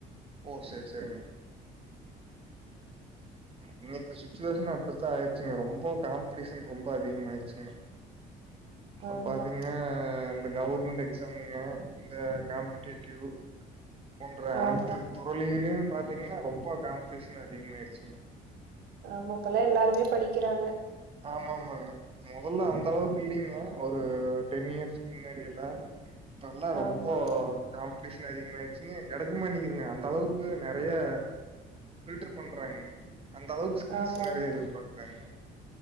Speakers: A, on the right; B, on the right.
A: ஓ செரி செரிங்க இன்னைக்கு சுச்சிவேஷன் அப்டித்தான் ஆயிடுச்சிங்க ரொம்ப காம்பிடிஷன் ரொம்ப அதிகமா ஆயிருச்சிங்க அ
B: ஆமா
A: பாத்தீங்கன்னா இந்த கவர்மெண்ட் எக்ஸாம்ங்க இந்த காம்பிடேட்டிவ் போன்ற அனைத்து
B: ஆமா
A: துறளிலயும் பாத்தீங்கன்னா ரொம்ப காம்பிடிஷன் அதிகமாயிருச்சிங்க
B: ஆமா இப்பல்லா எல்லாருமே படிக்கறாங்க
A: ஆமா ஆமாங்க மொதல்ல அந்த அளவுக்கு இல்லங்க ஒரு டென் இயர்ஸ்க்கு முன்னாடி எல்லா இப்பல்லாம் ரொம்போ
B: ஆமா
A: காம்பிடிஷன் அதிகமாயிடுச்சி கெடைக்கமாட்டிக்குதுங்க அந்த அளவுக்கு நறையா பில்டர் பண்றாங்கங்க அந்த அளவுக்கு ஹில்ஸ்
B: ஆமா
A: நறையா
B: ஆமா
A: எதிர்பாக்கறாங்கங்க